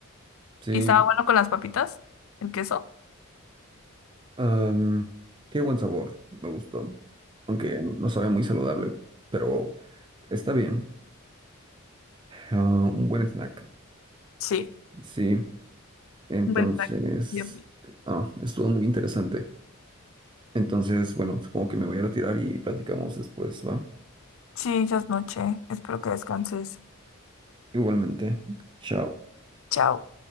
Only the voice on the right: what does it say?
Sí,
am, tiene buen sabor, me gustó. Aunque no sabe muy saludable, pero está bien. Ah, un buen snack.
Sí, entonces,
ah, estuvo muy interesante. Entonces, bueno, supongo que me voy a retirar y platicamos después, ¿va?
Igualmente, chao.